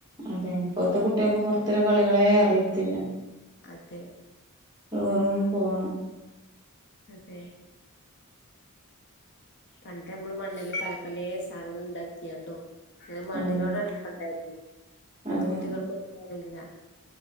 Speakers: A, on the right; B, on the left.
A: അതെ ഇപ്പോത്തെ കുട്ടികക്കെ പോറത്ത്ള്ള കളികളെ അറിയത്തില്ല.
B: അതെ.
A: വെറും ഫോണ്.
B: അതെ പണ്ട് നമ്മള് മണ്ണില് പല പലെ സാധനങ്ങൾ ഉണ്ടാക്കിയണ്ടോ ഇങ്ങനെ മണ്ണിനോട്
A: അതെ
B: അ ട്പ്ണ്ടായിര്ന്ന മഇപ്പത്തെ
A: അതെ
B: കുട്ടികൾക് ഒന്നു അറിയില്ല